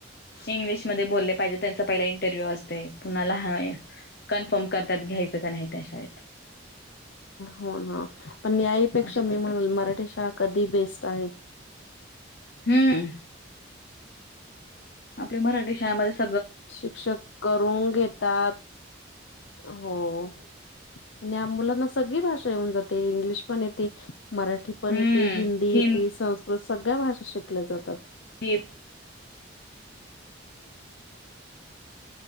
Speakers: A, on the left; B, on the left.
A: इंग्लिशमध्ये बोलले पाहिजे त्यांचा पहिला इंटरव्ह्यू असतय पुन्हा लहान कन्फार्म करतात घ्यायचं का नाही त्या शाळेत.
B: हो ना, पण याईपेक्षा
A: असे करतात
B: मी म्हणल मराठी शाळा कधी ही बेस्ट आहे.
A: हम आपली मराठी शाळेमध्येच
B: शिक्षक करून घेतात हो आणि ह्या मुलांना सगळी भाषा येऊन जाते इंग्लिश पण येते मराठी पण
A: हम्म
B: येते हिंदी
A: हिंदीत
B: येते संस्कृत सगळ्या भाषा शिकल्या जातात.
A: <unintelligible> <inaudible>